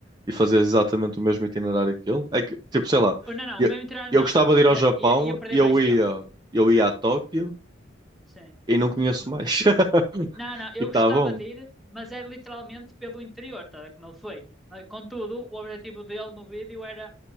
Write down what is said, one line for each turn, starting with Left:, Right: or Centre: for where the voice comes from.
Right: e fazias exatamente o mesmo itinerário que ele? É que, tipo, sei lá,
Centre: Oh, Não, não,
Right: eu,
Centre: mesmo tirar,
Right: eu
Centre: não,
Right: gostava
Centre: não.
Right: de ir
Centre: Ia,
Right: ao Japão
Centre: ia, ia perder
Right: e eu
Centre: mais
Right: ia,
Centre: tempo.
Right: eu ia a Tóquio
Centre: Sim.
Right: e não conheço
Centre: M-
Right: mais. <laughs>
Centre: Não, não, eu
Right: E tá
Centre: gostava
Right: bom.
Centre: de ir, mas era literalmente pelo interior, tá, a ver como ele foi. Mas, contudo, o objetivo dele no vídeo era